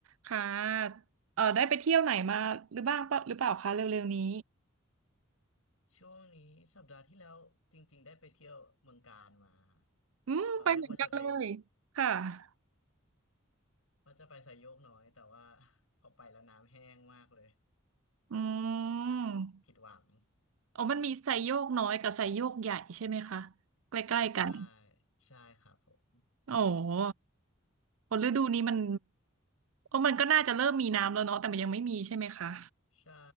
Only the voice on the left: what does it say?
ช่วงนี้สัปดาห์ที่แล้วจริงๆได้ไปเที่ยวเมืองกาญมาฮะ
ตอนแรกว่าจะไปว่าจะไปไซโยกน้อยแต่ว่า <laughs> พอไปแล้วน้ำแห้งมากเลย
ผิดหวัง
ใช่ใช่ครับผม
ใช่